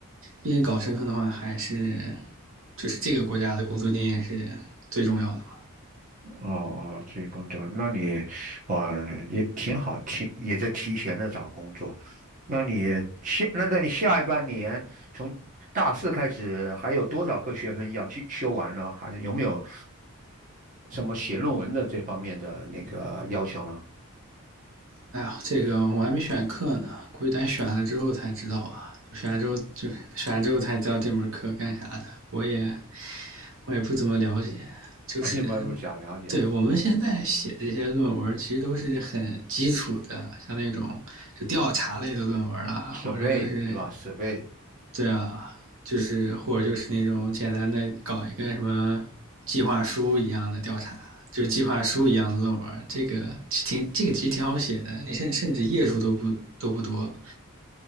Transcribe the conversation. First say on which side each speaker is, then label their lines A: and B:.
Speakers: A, on the right; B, on the right.
A: 毕竟搞身份的话，还是就是这个国家的工作经验是最重要的嘛。
B: 哦哦，这己工作，那你哦也挺好，提也在提前的找工作。那你下那那你下一半年从大四开始，还有多少个学分要去修完呢？还有没有什么写论文的这方面的那个要求呢？<laughs>
A: 哎呀，这个我还没选课呢，估计咱选了之后才知道吧。选了之后就选了之后才知道这门课干啥的，我也我也不怎么了解，就是
B: 而且有没有想了解啊？
A: 对我们现在写这些论文，其实都是很基础的，像那种就调查类的论文啦，
B: 设备是吧？
A: 或者就是
B: 设备
A: 对啊，就是或者就是那种简单的搞一个什么计划书一样的调查，就是计划书一样的论文，这个挺这个其实挺好写的，你甚甚至页数都不都不多，